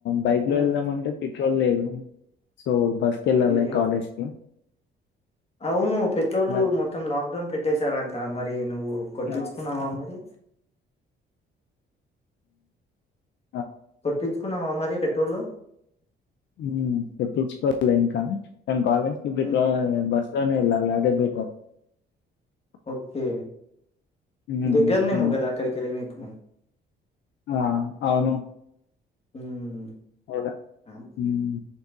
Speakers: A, on the left (about 65°); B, on the left (about 30°).
A: బైక్ లో
B: ఉమ్
A: వెళ్దాం అంటే పెట్రోల్ లేదు సో బస్ కి వెళ్ళాలి
B: అయ్యో
A: కాలేజ్ కి.
B: అవును పెట్రోలు
A: మరి
B: మొత్తం లాక్ డౌన్ పెట్టేశారంట మరి. నువ్వు కొట్టించుకున్నావా
A: ఆ
B: మరి
A: ఉ
B: కొట్టించుకున్నావా మరి పెట్రోలు
A: ఉ తెప్పించుకోవాలి ఇంకా నేను కాలేజ్కిి పెట్రో
B: ఉమ్
A: బస్ లోనే వెళ్ళాల. ే బట <unintelligible>
B: ఓకే
A: ఉమ్
B: దగ్గరనేమో
A: ఉమ్
B: కాదా అక్కడికి అది మీకు
A: ఆ అవును
B: ఉమ్
A: కదా ఉమ్